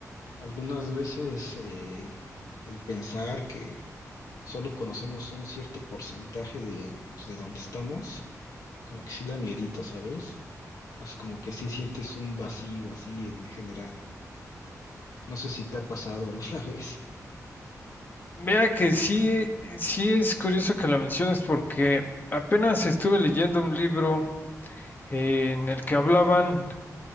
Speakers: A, on the left (about 80°); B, on the left (about 35°).
A: algunas veces eh, el pensar que solo conocemos un cierto porcentaje de, pues, de donde estamos, como que sí da miedito, ¿sabes? Entonces, como que sí sientes un vacío así en general. No sé si te ha pasado alguna <laughs> vez.
B: Mira que sí, sí es curioso que la menciones porque apenas estuve leyendo un libro eh, en el que hablaban